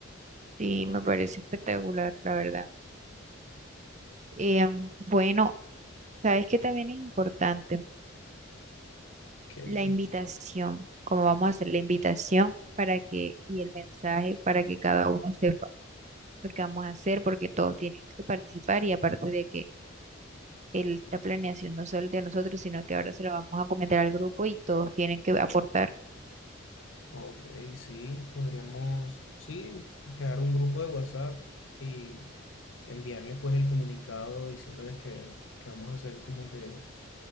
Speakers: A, on the right (about 35°); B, on the left (about 70°).
A: Sí, me parece espectacular, la verdad. Eh, bueno, sabes que también es importante
B: Que,
A: la
B: que-
A: invitación, cómo vamos a hacer la invitación para que, y el mensaje para que cada uno sepa lo que vamos a hacer, porque todos tienen que participar y aparte de que el- esta planeación no solo es de nosotros, sino que ahora se lo vamos a comentar al grupo y todos tienen que aportar.
B: Ok, sí, podríamos, sí, crear un grupo de WhatsApp y enviarles pues el comunicado diciéndoles que, que vamos a hacer como que